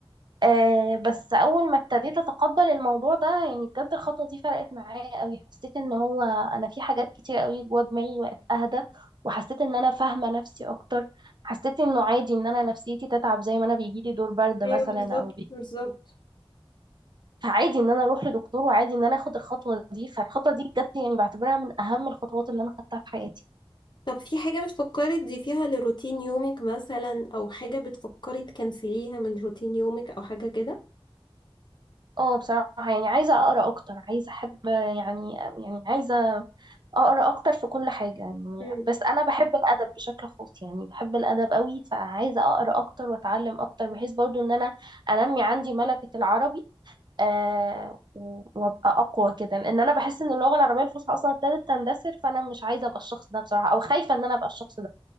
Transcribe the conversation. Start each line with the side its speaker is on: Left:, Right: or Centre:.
Right: آه بس اول ما ابتديت اتقبل الموضوع ده يعني بجد الخطوه دي فرقت معايا قوي حسيت ان هو انا في حاجات كتير قوي جوه دماغي وقت اهدى وحسيت ان انا فاهمه نفسي اكتر حسيت انه عادي ان انا نفسيتي تتعب زي ما انا بيجي لي دور برد
Left: ايوه
Right: مثلا
Left: بالظبط
Right: او بي...
Left: بالظبط
Right: فعادي ان انا اروح لدكتور وعادي ان انا اخد الخطوه دي فالخطوه دي بجد يعني بعتبرها من اهم الخطوات اللي انا خدتها في حياتي
Left: طب في حاجة بتفكري تضيفيها لروتين يومك مثلا أو حاجة بتفكري تكنسليها من روتين يومك أو حاجة كده؟
Right: اه بصراحه يعني عايزه اقرا اكتر عايزه احب يعني يعني عايزه اقرا اكتر في كل حاجه يعني
Left: مم.
Right: بس انا بحب الادب بشكل خاص يعني بحب الادب قوي فعايزه اقرا اكتر واتعلم اكتر بحيث برضو ان انا انمي عندي ملكه العربي آه و- وابقى اقوى كده لان انا بحس ان اللغه العربيه الفصحى اصلا ابتدت تندثر فانا مش عايزه ابقى الشخص ده بصراحه او خايفه ان انا ابقى الشخص ده